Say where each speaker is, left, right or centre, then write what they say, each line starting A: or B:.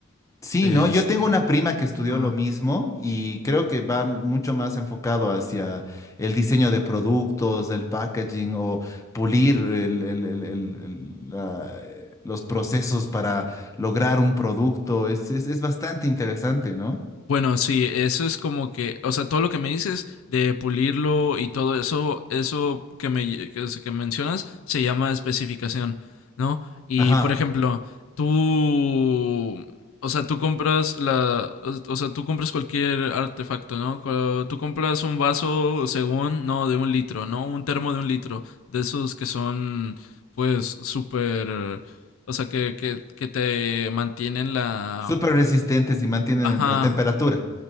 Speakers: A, on the left; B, on the left.
A: Sí,
B: Este,
A: ¿no? Yo tengo una prima que estudió
B: ajá.
A: lo mismo y creo que va mucho más enfocado hacia el diseño de productos, el packaging o pulir el- el- el- el- el- la- los procesos para lograr un producto. Es, es, es bastante interesante, ¿no?
B: Bueno, sí, eso es como que, o sea, todo lo que me dices de pulirlo y todo eso, eso que me lle- que, que mencionas se llama especificación, ¿no? Y
A: Ajá.
B: por ejemplo, tú, o sea, tú compras la, o sea, tú compras cualquier artefacto, ¿no? Co- Tú compras un vaso según, no, de un litro, ¿no? Un termo de un litro, de esos que son, pues, súper, o sea, que, que, que te mantienen la,
A: Súper resistentes y mantienen
B: ajá,
A: la temperatura.